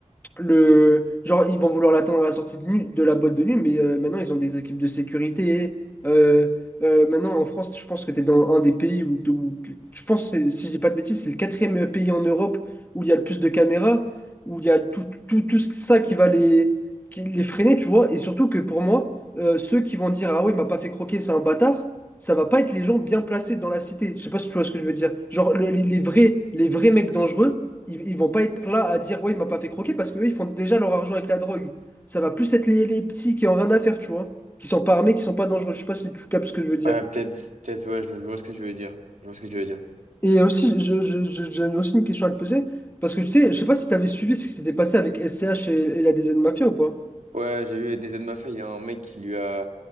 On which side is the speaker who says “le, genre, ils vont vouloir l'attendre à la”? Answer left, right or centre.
Left